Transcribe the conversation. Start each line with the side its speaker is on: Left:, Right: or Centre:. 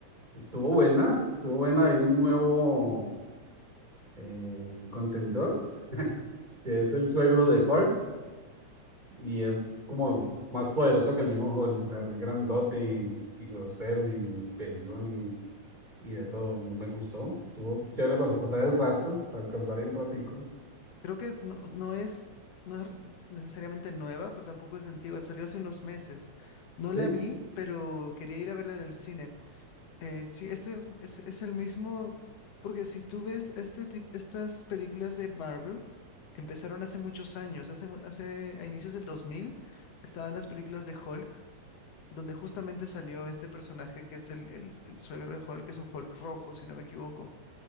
Right: estuvo buena, estuvo buena. Hay un nuevo eh, contendor que es el suegro de Hulk y es como más poderoso que el mismo Hulk, o sea, es grandote y, y grosero y peleón y, y de todo. No Me gustó, estuvo chévere para pasar el rato, para descansar ahí un ratico.
Left: Creo que no, no es, no es necesariamente nueva, pero tampoco es antigua. Salió hace unos meses. No
Right: Sí,
Left: la vi, pero quería ir a verla en el cine. Eh, sí, este es, es el mismo, porque si tú ves este tip- estas películas de Marvel, empezaron hace muchos años, hace, mu- hace a inicios del 2000 estaban las películas de Hulk, donde justamente salió este personaje que es el, el el suegro de Hulk, que es un Hulk rojo, si no me equivoco.